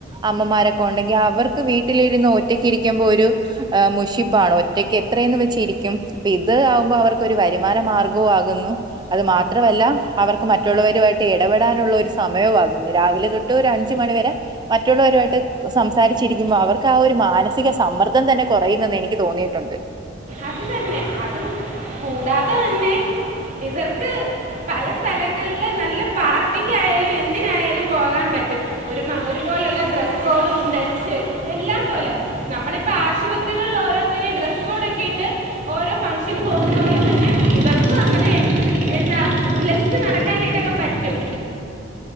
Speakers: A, on the right; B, on the right.
A: അമ്മമാരൊക്കെ ഉണ്ടെങ്കിൽ അവർക്ക് വീട്ടിലിരുന്ന് ഒറ്റക്ക് ഇരിക്കുമ്പോ ഒരു ഏഹ്, മുഷിപ്പാണോ ഒറ്റയ്ക്ക് എത്രയെന്ന് വെച്ചിരിക്കും. അപ്പൊ ഇത് ആവുമ്പോ അവർക്ക് ഒരു വരുമാന മാർഗവു ആകുന്നു അത് മാത്രമല്ല അവർക്ക് മറ്റുള്ളവരുമായിട്ട് ഇടപെടാനുള്ള ഒരു സമയവും ആകുന്നു രാവിലെ തൊട്ട് ഒരു അഞ്ച മണിവരെ മറ്റുള്ളവരുമായിട്ട് സംസാരിച്ചിരിക്കുമ്പോൾ അവർക്ക് ആ ഒരു മാനസിക സമ്മർദ്ദം തന്നെ കുറയുന്നെന്ന് എനിക്ക് തോന്നിയിട്ടുണ്ട്.
B: അത് തന്നെ അതും കൂടാതെ തന്നെ ഇവർക്ക് പല സ്ഥലങ്ങളില് നല്ല പാർട്ടിക്കായാലും എന്തിനായാലും പോകാൻ പറ്റും. ഒരു ഒരുപോലുള്ള ഡ്രസ്സ് കോഡും ധരിച്ച് എല്ലാം പോലെ നമ്മളിപ്പോൾ ആശുപത്രികളിൽ ഓരോ ത്തരെ ഡ്രസ് കോഡ് ഒക്കെയിട്ട് ഓരോ ഫംഗ്ഷന് പോകുന്ന പോലെ തന്നെ ഇവർക്കു അങ്ങനെ എന്താ ഉല്ലസിച്ച് നടക്കാനായിട്ടൊക്കെ പറ്റും.